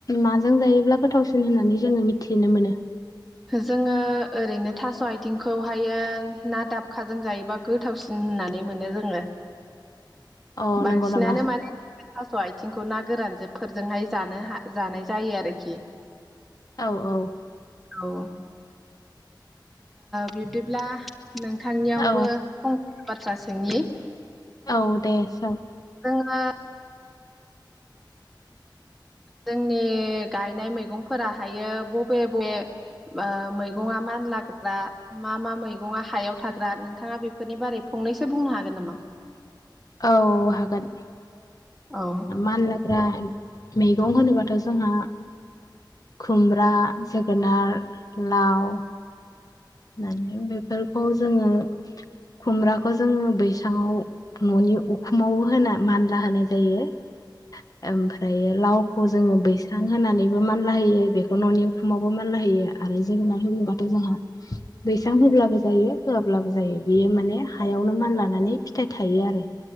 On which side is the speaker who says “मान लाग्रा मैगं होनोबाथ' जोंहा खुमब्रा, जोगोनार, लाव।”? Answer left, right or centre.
Left